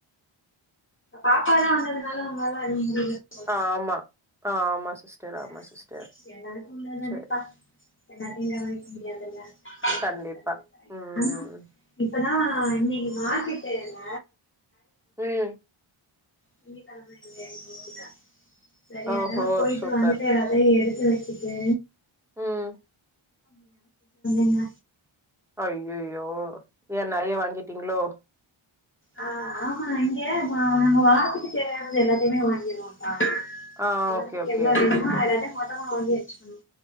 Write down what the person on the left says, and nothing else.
பாப்பா தா வந்ததுனால உங்களாலா <unintelligible>
ஆ எல்லாருக்கு உள்ளதுதானேப்பா
<unintelligible>
இப்பதா இன்னைக் மார்கட்டுல்ல
திங்கட்கிழம <unintelligible> சேரி
அதா போயிட்டு
வந்துட்டு எல்லாத்தையு எடுத்து வச்சு
<unintelligible>
ஆ ஆமா இங்க நம்ம வாரத்துக்கு தேவையானது எல்லாத்தையுமே வாங்கிடுவோபா
வாரத்துக்கு
எவ்ளோ வேணுமோ அததெல்லா மொத்தமா வாங்கி வச்சுக்கணு